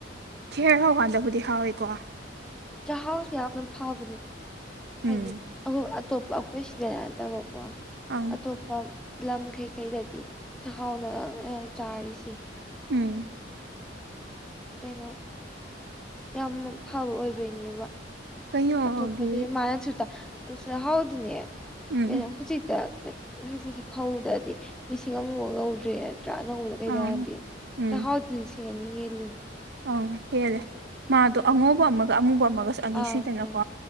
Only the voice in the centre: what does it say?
ꯆꯥꯛꯍꯥꯎꯁꯦ ꯌꯥꯝꯅ ꯐꯥꯕꯅꯦ
ꯍꯥꯏꯗꯤ ꯑꯇꯣꯞꯄ ꯑꯩꯈꯣꯏ ꯁꯤꯗ ꯅꯠꯇꯕꯀꯣ
ꯑꯇꯣꯞ ꯂꯝ ꯀꯩꯀꯩꯗꯗꯤ ꯆꯥꯛꯍꯥꯎꯅ ꯆꯥꯔꯤꯁꯦ
ꯀꯩꯅꯣ ꯌꯥꯝ ꯐꯕ ꯑꯣꯏꯕꯩꯅꯦꯕ
ꯑꯇꯣꯞꯄꯗ ꯃꯥꯅꯁꯨ ꯆꯥꯛꯍꯥꯎꯗꯤꯅꯦ
ꯀꯩꯅꯣ ꯍꯧꯖꯤꯛꯇ ꯍꯧꯖꯤꯛꯀꯤ ꯐꯧꯗꯗꯤ ꯂꯤꯁꯤꯡ ꯑꯃꯐꯥꯎ ꯌꯧꯗ꯭ꯔꯦ ꯑꯅꯧꯕꯗ ꯀꯩꯗ
ꯒꯥꯗꯤꯗꯦ
ꯆꯥꯛꯍꯥꯎꯗꯤ ꯂꯤꯁꯤꯡ ꯑꯅꯤ ꯍꯦꯜꯂꯤ
ꯑꯥ
ꯂꯩ